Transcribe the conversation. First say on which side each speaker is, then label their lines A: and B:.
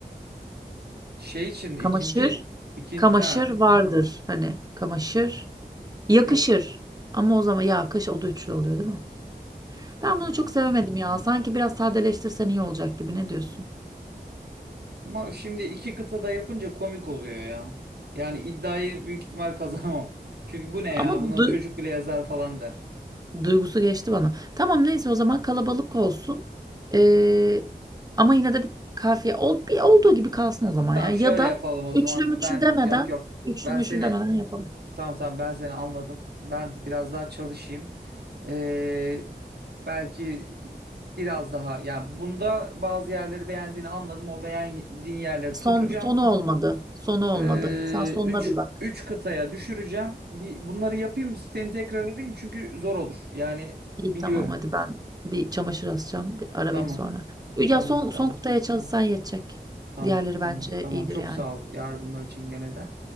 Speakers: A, on the right; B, on the right.
A: Şey için mi?
B: Kamaşır,
A: ikinci ikinci
B: kamaşır
A: ha
B: vardır. Hani kamaşır, yakışır.
A: yok
B: Ama o zaman yakış o da üçlü oluyor değil mi? Ben bunu
A: Hmm.
B: çok sevemedim ya. Sanki biraz sadeleştirsen iyi olacak gibi. Ne diyorsun?
A: Ama şimdi iki kıtada yapınca komik oluyor ya. Yani iddiayı büyük ihtimal kazanamam. <laughs> Çünkü bu ne ya?
B: Ama
A: Bunu
B: du-
A: çocuk bile yazar falan der.
B: Duygusu geçti bana. Tamam neyse o zaman kalabalık olsun. Ee, ama yine de bir kafiye ol, bir olduğu gibi kalsın o zaman
A: Tamam
B: ya. Ya
A: şöyle
B: da
A: yapalım o
B: üçlü
A: zaman.
B: müçlü
A: Ben
B: demeden,
A: yok yok.
B: üçlü
A: Ben
B: müçlü
A: seni
B: demeden yapalım.
A: tamam tamam ben seni anladım. Ben biraz daha çalışayım. Ee, belki biraz daha ya bunda bazı yerleri beğendiğini anladım. O beğendiğin yerleri
B: Son,
A: tutacağım.
B: sonu olmadı. Sonu olmadı.
A: Ee,
B: Sen sonuna
A: üç,
B: bir bak.
A: üç kıtaya düşüreceğim. Bir, bunları yapayım seni tekrar arayayım çünkü zor olur. Yani
B: İyi
A: biliyorum.
B: tamam hadi ben bir çamaşır asacağım. Bir ara
A: Tamam.
B: beni sonra. Ya
A: Tamam.
B: son,
A: Tamam.
B: son kutuya çalışsan yetecek.
A: Tamam.
B: Diğerleri
A: Tamam.
B: bence
A: Tamam.
B: iyidir
A: Çok
B: yani.
A: sağ ol yardımlar için gene de.